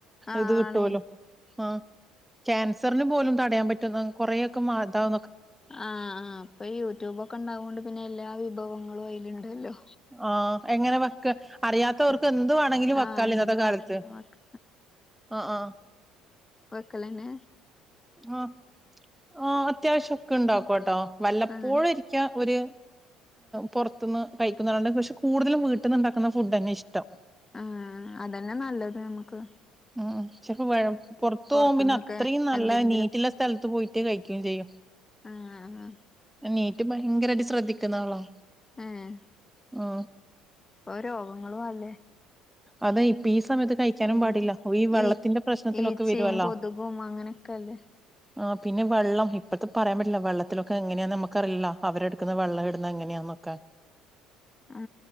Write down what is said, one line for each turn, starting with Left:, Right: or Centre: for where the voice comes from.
Left: ആ
Centre: ഇത് കിട്ടലോ
Left: ആണേ
Centre: ആഹ ക്യാൻസറിന് പോലും തടയാൻ പറ്റും കൊറെേൊക്കെ മാതാവ
Left: ആഹ് ആ് ഇപ്പൊ യൂട്യൂബൊക്കെ ഉണ്ടാവോണ്ട് പിന്നെ എല്ലാ വിഭവങ്ങളും നമ്മ അൈലുണ്ടല്ലോ
Centre: ആഹ എങ്ങനെ വെക്ക അറിയാത്തവർക്ക്
Left: ആ
Centre: എന്ത് വേണമെങ്കിലും
Left: ആഹ്
Centre: വെക്കാല ഇന്നത്തെ
Left: എന്തുവാണെങ്കിലും
Centre: കാലത്ത്
Left: വെക്ക
Centre: ആ ആഹ
Left: വക്കലന്ന
Centre: ആ ആ അത്യാവശ്യംൊക്കെ ഉണ്ടോ ക്കോട്ടോ വല്ലപ്പോഴ
Left: ആഹ്
Centre: ഇരിക്കാ ഒരു പുറത്തുന്ന് കഴിക്കുന്നണ്ട് പക്ഷെ കൂടുതലും വീട്ടിൽന്ന്ുണ്ടാക്കുന്ന ഫുഡ് തന്നെ ഇഷ്ടം
Left: ആ അതന്നെ നല്ലത് നമക്ക്
Centre: ഉ പുറത്തു
Left: പൊറത്തുന്നൊക്കെ
Centre: പോകുമ പിന്നെ അത്രയും നല്ല
Left: എന്തെങ്കിലും
Centre: നീറ്റുള്ള സ്ഥലത്ത് പോയിട്ട് കഴിക്കയും ചെയ്യും
Left: ആഹ്
Centre: ന ഭയങ്കരമായിട്ട് ശ്രദ്ധിക്കുന്ന ആളോ
Left: ആഹ
Centre: ആ
Left: ഇപ്പ രോഗങ്ങളും അല്ലേ
Centre: അതാ ഇപ്പ സമയത്ത് കഴിക്കാനും
Left: ഉം
Centre: പാടില്ല വെള്ളത്തിന്റെ
Left: ഈ
Centre: പ്രശ്നത്തിലൊക്കെ
Left: ഈച്ചയും
Centre: വരുവല്ലോ
Left: കൊതുകും അങ്ങനെയൊക്കെല്ലേ
Centre: ആ പിന്നെ വെള്ളം ഇപ്പഴത്തെ പറയാൻ പറ്റില്ല വെള്ളത്തിലൊക്കെ എങ്ങനെയാന്ന് നമുക്കറിയില്ല അവരെടുക്കുന്ന വെള്ളം ഇടുന്ന എങ്ങനെയാന്നൊക്കെ
Left: ആ